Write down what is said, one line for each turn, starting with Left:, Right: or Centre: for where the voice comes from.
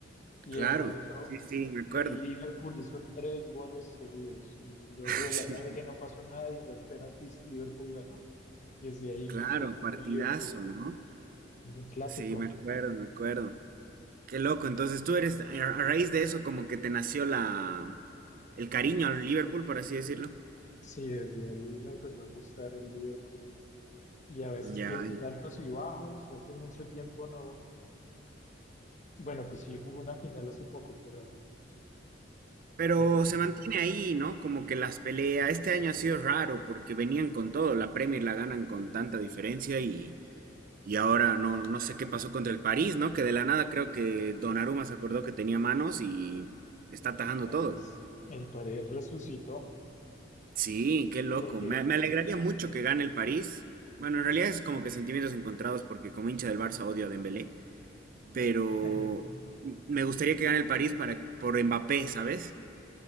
Left: Y
Right: Claro,
Left: de pronto
Right: sí, sí, me acuerdo.
Left: el Liverpool hizo tres goles seguidos y luego
Right: <laughs>
Left: el
Right: Sí,
Left: alargue no pasó nada y en los penaltis Liverpool ganó. Y desde ahí
Right: claro,
Left: me hice fan
Right: partidazo,
Left: del Liverpool,
Right: ¿no?
Left: un clásico.
Right: Sí, me acuerdo, me acuerdo. Qué loco, entonces tú eres, a a raíz de eso, como que te nació la, el cariño al Liverpool, por así decirlo.
Left: Sí, desde ahí me empezó a gustar el Liverpool y a veces
Right: Ya.
Left: tiene sus altos y bajos. Hace mucho tiempo no. Bueno, pues sí, jugó una final hace poco, pero,
Right: Pero
Left: pero sí,
Right: se mantiene ahí, ¿no? Como que las peleas, este año ha sido raro porque venían con todo, la Premier la ganan con tanta diferencia y, y ahora no, no sé qué pasó contra el París, ¿no? Que de la nada creo que Donnarumma se acordó que tenía manos y está atajando
Left: el París,
Right: todo.
Left: el París resucitó
Right: Sí, qué loco.
Left: porque
Right: Me, me alegraría mucho que gane el París. Bueno, en realidad es como que sentimientos encontrados porque como hincha del Barça odio a Dembélé, pero
Left: <laughs>
Right: me gustaría que gane el París para, por Mbappé, ¿sabes?